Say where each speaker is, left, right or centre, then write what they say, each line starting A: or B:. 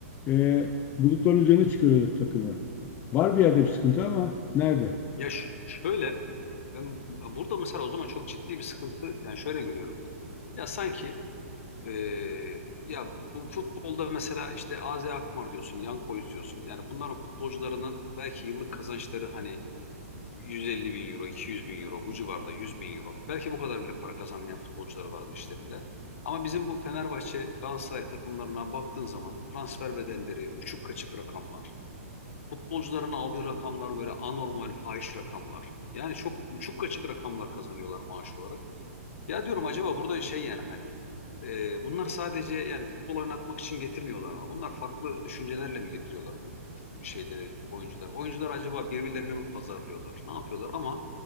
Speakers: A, on the left; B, on the left.
A: e, bulutların üzerine çıkıyoruz takımla. Var bir yerde bir sıkıntı ama nerede?
B: Ya ş- şöyle ben burada mesela o zaman çok ciddi bir sıkıntı yani şöyle görüyorum ben. Ya sanki Ee, ya bu futbolda mesela işte AZ Alkmaar diyorsun, Young Boys diyorsun. Yani bunların futbolcularının belki yıllık kazançları hani 150 bin euro, 200 bin euro bu civarda 100 bin euro. Belki bu kadar bile para kazanmayan futbolcuları vardır işlerinde. Ama bizim bu Fenerbahçe, Galatasaray takımlarına baktığın zaman transfer bedelleri, uçuk kaçık rakamlar, futbolcuların aldığı rakamlar böyle anormal, fahiş rakamlar. Yani çok uçuk kaçık rakamlar kazanıyorlar maaş olarak. Ya diyorum acaba burada şey yani hani e, bunlar sadece yani futbol oynatmak için getirmiyorlar ama bunlar farklı düşüncelerle mi getiriyorlar bu şeyleri oyuncular? Oyuncular acaba birbirlerine mi pazarlıyorlar? Ne yapıyorlar? Ama